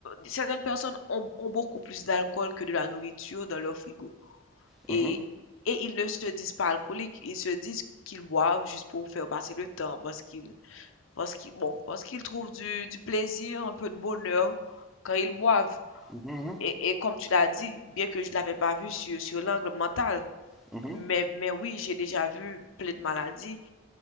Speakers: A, on the left; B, in the centre.
A: certaines personnes ont, ont beaucoup plus d'alcool que de la nourriture dans leur frigo.
B: mhm,
A: Et, et ils ne se disent pas alcooliques, ils se disent qu'ils boivent juste pour faire passer le temps, parce qu'ils, parce qu'ils, bon, parce qu'ils trouvent du, du plaisir, un peu de bonheur quand ils boivent.
B: mhm,
A: Et, et comme tu l'as dit, bien que je ne l'avais pas vu sur, sur l'angle mental,
B: mhm, mhm,
A: mais, mais oui, j'ai déjà vu plein de maladies